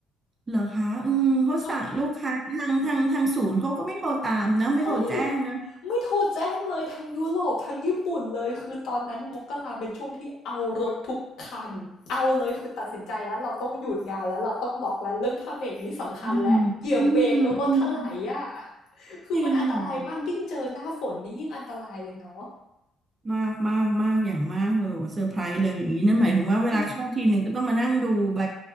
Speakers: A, on the right; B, on the left.
A: เหรอคะอืมเขาสั่งลูกค้าทางทางทางศูนย์เขาก็ไม่โทรตามนะไม่โทรแจ้งนะ
B: คือเป็น ไม่ไม่โทรแจ้งเลยทั้งยุโรปทั้งญี่ปุ่นเลยคือตอนนั้นมกราเป็นช่วงที่เอารถทุกคันเอาเลยคือตัดสินใจแล้วเราต้องหยุดงานแล้วเราต้องล็อกแล้วเรื่องผ้าเบรกนี่สำคัญแล้วเหยียบเบรกแล้วรถถลายอ่ะ
A: อืมอืมอืม
B: คือมันอันตรายมากยิ่งเจอหน้าฝนนี่ยิ่งอันตรายเลยเนาะ
A: จริงเหรอ มากมากมากอย่างมากเลยโอ้เซอร์ไพรส์เลยอย่างนี้นั่นหมายถึงว่าเวลาเข้าทีหนึ่งก็ต้องมานั่งดูใบ
B: จริง